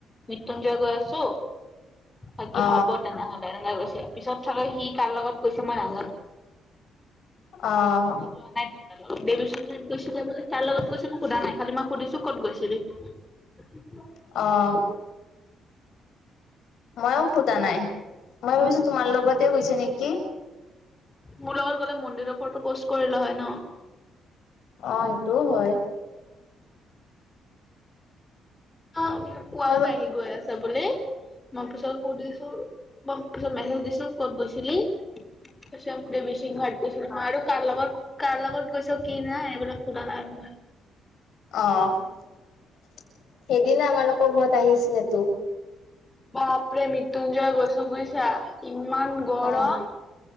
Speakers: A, on the left; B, on the left.
A: মৃত্যুঞ্জয় গৈ আছো বাকী
B: অ
A: হ'ব তেনেহলে এনেকে কৈছে পিছত চাগে সি কাৰ লগত গৈছে মই নাজানো
B: অ
A: মই যোৱা নাই তাৰ লগত দেবীচিংত গৈছেলে বোলে কাৰ লগত গৈছে মই সোধা নাই খালি মই সুধিছো কত গৈছিলি <inaudible>
B: অ ময়ো সোধা নাই মই ভাবিছো তোমাৰ লগতে গৈছে নেকি
A: মোৰ লগত গ'লে মন্দিৰৰ ফটো প'ষ্ট কৰিলে হয় ন
B: অ সেইটোও হয়।
A: অ কোৱা
B: মই
A: নাই
B: অ
A: সি গৈ আছা বুলি, মই পিছত সুধিছোঁ মই পিছত মেছেজ দিছো ক'ত গৈছিলি? কৈছে দেবীচিংত গৈ মই আৰু কাৰ লগত কাৰ লগত গৈছো কি নাই এইবিলাক সোধা নাই আৰু মই।
B: অ, সেইদিনা আমালোকৰ ঘৰত আহিছিলেতো।
A: বাপৰে মৃত্যুঞ্জয় গৈছো বুজিছা ইমান গৰম।
B: অ